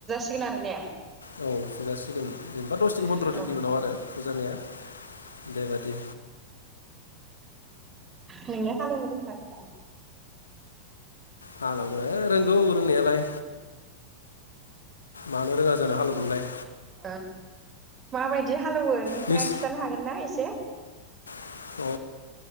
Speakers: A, on the right; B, on the left.
A: <unintelligible> आरो ने
B: औ फुजासिगोन जों बा दस दिन फन्द्र'
A: औ
B: दिननि उनाव आरो फुजानाया बेबादि
A: नोङो हालौवनो रोंना रोङा
B: हालौनो रोंगौ रोंनायालाय मानो रोङा जानो हालौनोलाय
A: ओक माबायदि हालौवो नोंथाङा
B: नोंस
A: खिथानो हागोनना इसे?
B: अ